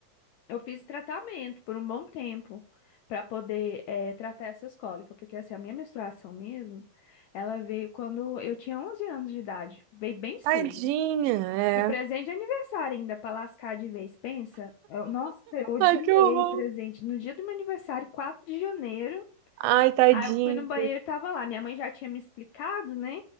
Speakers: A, on the left; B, on the right.
A: Eu fiz tratamento por um bom tempo para poder eh, tratar essas cólicas, porque assim, a minha menstruação mesmo, ela veio quando eu tinha 11 anos de idade, veio bem cedo.
B: Tadinha, é.
A: E presente de aniversário ainda, para lascar de vez, pensa. Eu- nossa, eu odiei
B: Ai, que horror.
A: o presente. No dia do meu aniversário, 4 de janeiro,
B: Ai, tadinha.
A: aí eu fui no banheiro e tava lá. Minha mãe já tinha me explicado, né?